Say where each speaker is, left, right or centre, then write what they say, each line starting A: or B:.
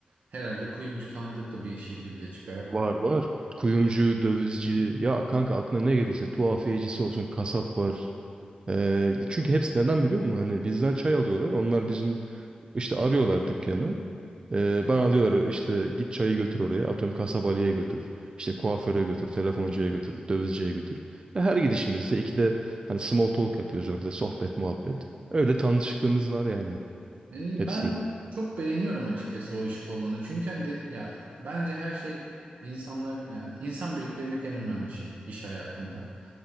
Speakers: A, on the right; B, on the right.
A: herhalde kuyumcu tanıdık da bir şekilde çıkar.
B: Var var. Kuyumcu, dövizci, ya kanka aklına ne gelirse tuhafiyecisi olsun, kasap var. Ee, çünkü hepsi neden biliyor musun? Hani bizden çay alıyorlar. Onlar bizim işte arıyorlar dükkanı. Ee, bana diyorlar işte git çayı götür oraya. Atıyorum kasabalıya götür. İşte kuaföre götür, telefoncuya götür, dövizciye götür. Ve her gidişimizde ikide hani small talk yapıyoruz orada. Sohbet, muhabbet. Öyle tanışıklığımız var yani
A: E,
B: hepsiyle.
A: ben çok beğeniyorum açıkçası o iş kolunu. Çünkü hani de- ya bence her şey insanlar yani insan biriktirmek en önemli şey iş hayatında.